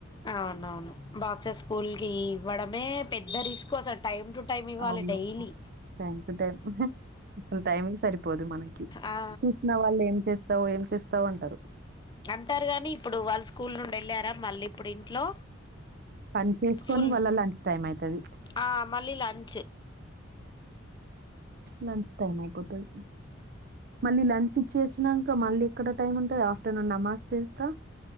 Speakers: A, on the left (about 20°); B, on the right (about 50°).
A: అవునవును బాక్స స్కూల్ కి వడ ఏ పెద్ద రిస్క్ అస టైమ్ టు టైం ఇవ్వాలి
B: అవును
A: డైలీ
B: థ్యాంక్ <unintelligible> టైమే సరిపోదు మనకి
A: ఆ
B: చూసిన వాళ్ళు ఏం చేస్ నువ్ ఏం చేస్తావ్ అంటారు
A: అంటారు గాని ఇప్పుడు వాళ్ స్కూల్ నుండి వెళ్ళారా మళ్ళీ ఇప్పుడు ఇంట్లో
B: పని చేసుకొని
A: ఫుల్
B: వాళ్ళ లంచ్ టైం అయితది
A: ఆ మళ్ళీ లంచ్
B: లంచ్ టైమ్ అయిపోతది మళ్ళీ లంచ్ ఇచ్చేసినంక మళ్ళీ ఎక్కడ టైం ఉంటది ఆఫ్టర్నూన్ నమాజ్ చేస్తా